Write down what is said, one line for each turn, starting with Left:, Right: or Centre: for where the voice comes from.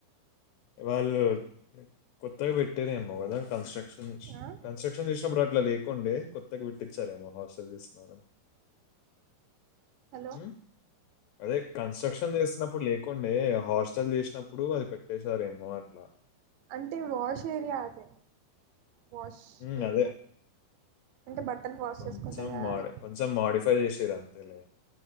Left: వాళ్ళు కొత్తగా పెట్టేదేమో కదా కన్స్ట్రక్షన్ విష
Right: ఆ
Left: కన్స్ట్రక్షన్ విష అప్ ఇట్లా లేకుండే కొత్తగా పెట్టించారేమో హాస్టల్ చేస్తున్నారని
Right: హలో
Left: మ్మ్ అదే కన్స్ట్రక్షన్ చేస్తున్నాం ఇప్పుడు లేకుండే హాస్టల్ చేసినప్పుడు అది పెట్ చేసారేమో ఆట్లా
Right: అంటే వాష్ ఏరియా అదే వాష్
Left: ఉమ్,
Right: ఏరియా
Left: అదే
Right: అంటే బట్టలు వాష్
Left: కొంచెం
Right: చేసుకుంటారు కదా
Left: మాడ్
Right: అదే
Left: కొంచెం మాడిఫై చేస ర అంతేలే